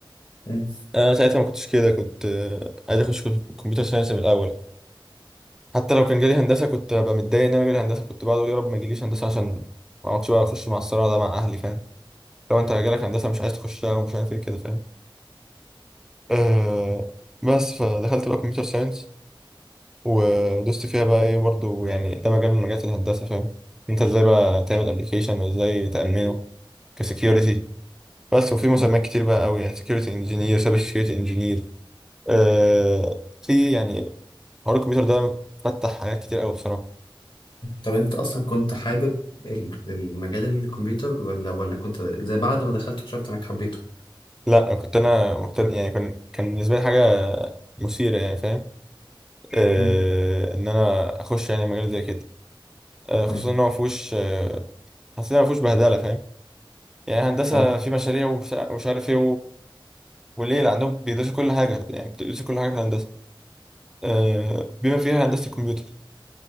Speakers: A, on the left (about 70°); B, in the centre.
A: مم.
B: انا ساعتها ما كنتش كده كنت آه، عايز اخش كمبيوتر ساينس من الاول حتى لو كان جالي هندسه كنت هبقى متضايق ان انا جالي هندسه كنت بقعد اقول يا رب ما يجيليش هندسه عشان ما اقعدش بقى اخش مع الصراع ده مع اهلي فاهم لو انت جالك هندسه مش عايز تخشها ومش عارف ايه كده فاهم أه بس فدخلت بقى كمبيوتر ساينس ودوست فيها بقى ايه برضو يعني ده مجال من مجالات الهندسة فاهم انت ازاي بقى تعمل ابلكيشن وازاي تأمنه كسكيورتي بس وفي مسميات
A: فاهم.
B: كتير بقى قوي يعني سكيورتي انجينير سايبر سكيورتي انجينير آه في يعني حوار الكمبيوتر ده فتح حاجات كتير قوي بصراحة
A: طب انت اصلا كنت حابب ال- المجال الكمبيوتر ولا ولا كنت زي بعد ما دخلت اكتشفت انك حبيته
B: لا كنت انا مهتم يعني كان كان بالنسبة لي حاجة مثيرة يعني فاهم آه
A: امم
B: ان انا اخش يعني مجال زي كده آه خصوصا
A: امم
B: ان هو مفهوش آه حسيت ان هو مفهوش بهدلة فاهم يعني هندسة
A: فاهم
B: في مشاريع ومش ومش عارف ايه وليه اللي عندهم بيدرسوا كل حاجة يعني بتدرسوا كل حاجة في الهندسة آه، بما فيها هندسة الكمبيوتر